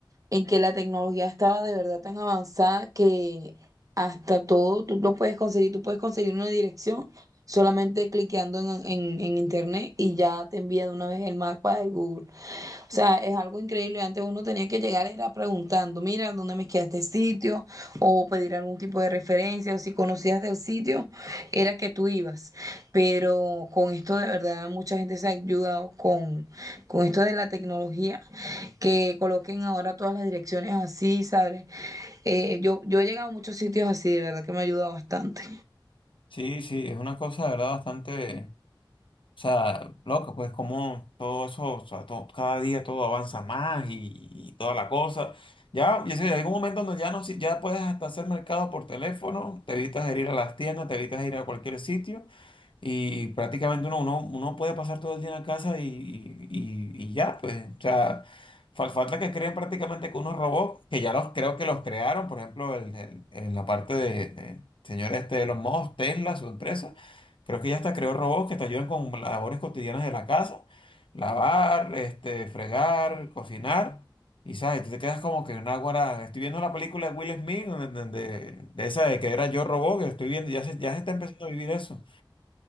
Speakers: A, on the right; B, on the left.
A: en que la tecnología estaba de verdad tan avanzada que hasta todo tú lo puedes conseguir, tú puedes conseguir una dirección solamente cliqueando en, en, en internet y ya te envía de una vez el mapa de Google. O sea, es algo increíble. Antes uno tenía que llegar era preguntando, mira, ¿dónde me queda este sitio? O pedir algún tipo de referencia, o si conocías del sitio, era que tú ibas. Pero con esto de verdad mucha gente se ha ayudado con, con esto de la tecnología, que coloquen ahora todas las direcciones así, ¿sabes? Eh, yo, yo he llegado a muchos sitios así, de verdad que me ha ayudado bastante.
B: Sí, sí, es una cosa, de verdad, bastante... O sea, loco, pues como todo eso, o sea, to- cada día todo avanza más y, y toda la cosa. Ya, ya sé, hay un momento donde ya no, si- ya puedes hasta hacer mercado por teléfono, te evitas de ir a las tiendas, te evitas de ir a cualquier sitio y prácticamente uno, uno, uno puede pasar todo el día en la casa y, y- y- y ya, pues, o sea, fal- falta que creen prácticamente que unos robots, que ya los creo que los crearon, por ejemplo, el- el- en la parte de, de señor este de los mojos, Tesla, su empresa, creo que ya hasta creó robots que te ayudan con labores cotidianas de la casa, lavar, este, fregar, cocinar. Y sabes, tú te quedas como que una guara. Estoy viendo la película de Will Smith, donde, donde- de esa de que era Yo Robot, que estoy viendo, ya se, ya se está empezando a vivir eso.